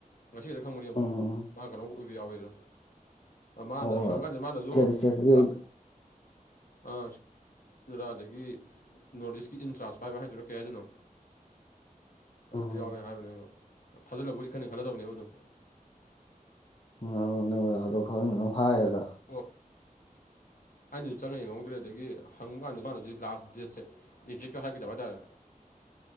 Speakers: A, on the left; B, on the left.
A: ꯉꯁꯤ ꯈꯛꯇ ꯈꯪꯕꯅꯦ ꯑꯗꯨꯗꯣ
B: ꯎꯝ
A: ꯃꯥ ꯀꯩꯅꯣ ꯑꯣꯏꯕ ꯌꯥꯎꯋꯤ ꯗꯣ ꯃꯥꯅ
B: ꯍꯣꯏ
A: ꯍꯪꯀꯥꯟꯗ ꯃꯥꯅꯁꯨ
B: ꯏꯁꯇꯦꯠ ꯏꯁꯇꯦꯠꯀꯤ
A: ꯂꯥꯛ ꯑꯥ ꯗꯨꯔꯗꯒꯤ ꯅꯣꯔꯠ ꯏꯁꯀꯤ ꯏꯟꯆꯥꯔꯁ ꯄꯥꯏꯕ ꯍꯥꯏꯗꯨꯔꯥ ꯀꯩ ꯍꯥꯏꯗꯣꯏꯅꯣ ꯑꯗꯨꯗ
B: ꯎꯝ
A: ꯌꯥꯎꯋꯦ ꯍꯥꯏꯕꯅꯦꯕ ꯊꯥꯖꯤꯜꯂꯕꯨꯗꯤ ꯏꯈꯟꯗ ꯈꯜꯂꯗꯕꯅꯦꯕ ꯑꯗꯨꯝ
B: ꯎ ꯅꯪ ꯑꯗꯣ ꯈꯥꯔ ꯉꯟꯅ ꯍꯥꯏꯔꯒ
A: ꯑꯣ ꯑꯩꯅꯁꯨ ꯆꯪꯉ ꯌꯦꯡꯍꯧꯗ꯭ꯔꯦ ꯑꯗꯒꯤ ꯍꯪꯕ ꯀꯥꯟꯗ ꯃꯥꯅꯁꯨ ꯂꯥꯁ ꯗꯦꯠꯁꯦ ꯑꯦꯛꯖꯦꯛꯇ ꯍꯥꯏꯗꯕ ꯍꯥꯏꯇꯥꯔꯦ